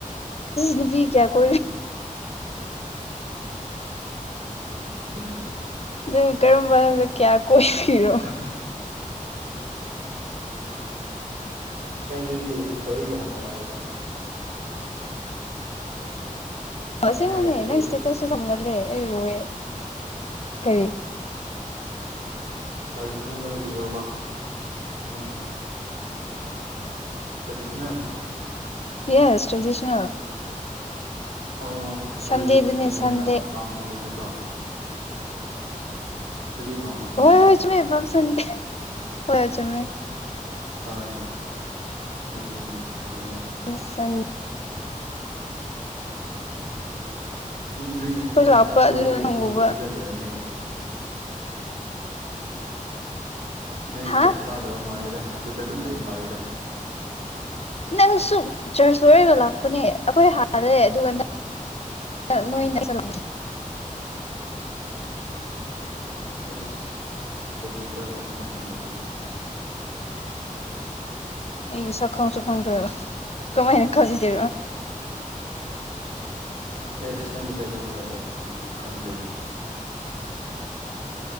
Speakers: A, on the left (about 45°); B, on the right (about 75°).
A: ꯅ ꯐ ꯀꯌꯥ ꯀ
B: ꯎꯝ
A: ꯑꯗꯨ ꯀꯔꯝꯕ ꯍꯥꯏꯕꯗ ꯀꯌꯥ ꯀꯣꯏꯕꯤꯔꯣ
B: ꯍ ꯅ ꯑꯗꯨꯗꯤ ꯊꯣꯔꯏꯒꯤ ꯍꯪꯉꯨ ꯍꯥꯏꯕꯦꯗ
A: ꯑꯁꯦꯡꯕꯅꯦ
B: ꯑꯩꯅ ꯍꯥꯏꯗꯤ
A: ꯅꯪ ꯏꯁꯇꯦꯇꯁꯁꯨ ꯊꯝꯒꯜꯂꯦ ꯑꯩꯔꯨꯋꯦ ꯀꯔꯤ
B: ꯇ꯭ꯔꯥꯗꯤꯁꯅꯦꯜꯒꯤꯔꯣꯕ ꯑꯃ ꯇ꯭ꯔꯗꯤꯁꯅꯪ
A: ꯌꯦꯁ ꯇ꯭ꯔꯦꯗꯤꯁꯅ
B: ꯑꯣ
A: ꯁꯟꯗꯦꯗꯅꯦ
B: ꯑꯗꯨꯗꯤ ꯀꯩꯅꯣꯅꯤꯅ
A: ꯁꯟꯗꯦ
B: ꯄꯥꯝꯁꯟꯗꯤ ꯅꯠꯇ꯭ꯔꯣ ꯑꯗꯨꯗꯤ ꯄꯥꯝꯁꯅꯤ
A: ꯍꯣꯏ
B: ꯅꯠꯇ꯭ꯔꯣ
A: ꯍꯣꯏ ꯆꯨꯝꯃꯦ ꯄꯥꯝ ꯁꯟꯗꯦ ꯍ ꯆ ꯃ
B: ꯍꯣꯏ ꯑꯗꯨꯒꯤ ꯆꯨꯝꯃꯦꯅ
A: ꯎ
B: <unintelligible> ꯅꯣꯏ ꯆꯔꯆꯀꯥꯕꯨ
A: ꯂꯥꯛꯄ ꯑꯗꯨꯗ
B: ꯎꯗꯦ
A: ꯅꯪ
B: ꯑꯗꯨꯕꯨ
A: ꯎꯕ
B: ꯑꯗꯨꯗ ꯂꯩꯔꯝꯃꯦ ꯅꯣꯏ
A: ꯍꯥ
B: ꯆꯔꯆ ꯀꯥꯗꯕ ꯃꯥꯜꯂꯦꯗ ꯑꯗꯨꯗ ꯑꯗꯨꯝ ꯂꯩ ꯃꯥꯜꯂꯦꯗ
A: ꯅꯪ ꯁ ꯆꯔꯆ ꯂꯣꯏꯔꯒ ꯂꯥꯛꯄꯅꯦ ꯑꯩꯈꯣꯏ ꯍꯥꯟꯗꯩ ꯑꯗꯨꯒ ꯅꯪ ꯅꯣꯏꯅꯗ ꯆꯠꯂꯁꯤ
B: ꯑꯁ ꯑꯩꯗꯤ ꯀꯔꯝꯝꯕꯅꯣ ꯈꯪꯗ꯭ꯔꯦꯍꯦ
A: ꯑꯩ ꯁꯈꯣꯡ ꯁꯈꯣꯡꯗꯨ ꯀꯃꯥꯏꯅ ꯈꯟꯗꯦꯔꯣ
B: ꯑꯦꯁ ꯅꯪꯒꯤꯁꯨ ꯈꯪꯉꯦꯔꯥꯛ ꯑꯦ ꯈꯪꯗ꯭ꯔꯗꯤ